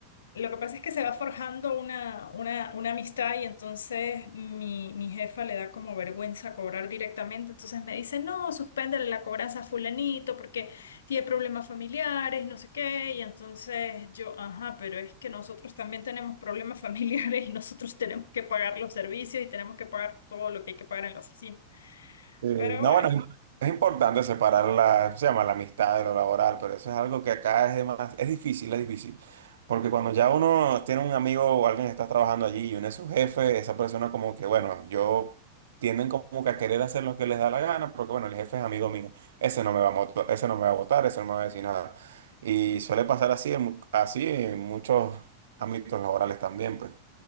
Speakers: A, on the left; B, on the right.
A: Lo que pasa es que se va forjando una, una, una amistad y entonces mi, mi jefa le da como vergüenza cobrar directamente, entonces me dice, no, suspéndele la cobranza a fulanito porque tiene problemas familiares, no sé qué, y entonces yo, ajá, pero es que nosotros también tenemos problemas <laughs> familiares y nosotros tenemos que pagar los servicios y tenemos que pagar todo lo que hay que pagar en la oficina.
B: Sí,
A: Pero
B: No,
A: bueno,
B: bueno, es es importante separar la, ¿cómo se llama? La amistad de lo laboral, pero eso es algo que acá es de más, es difícil, es difícil. Porque cuando ya uno tiene un amigo o alguien que está trabajando allí y uno es su jefe, esa persona como que, bueno, yo tienden como que a querer hacer lo que les da la gana, porque bueno, el jefe es amigo mío, ese no me va a votar, ese no me va a votar, ese no me va a decir nada. Y suele pasar así en, mu- así en muchos ámbitos laborales también, pues.